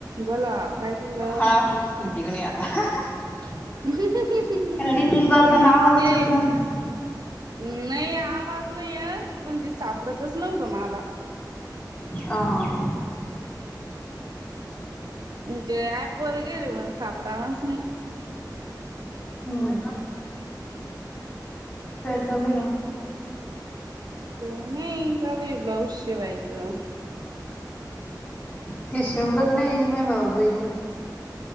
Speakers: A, on the right; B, on the left.
A: बोला. काय चाललं
B: हां <unintelligible> तिकडन ये आता.
A: <unintelligible>
B: रिंग जाताना आवाजच
A: ते
B: येत नव्हता.
A: <inaudible> नाही आवाज नाही येत पण ते सापडतच न्हवत माला
B: हां.
A: ते ऍप वर गेले पण सापडानच नाही.
B: हम्म काय चालूय ओ?
A: काही नाही चालूय ब्लाऊज शिवायचं.
B: ते शिवलचं नाही मी ब्लाऊज हिज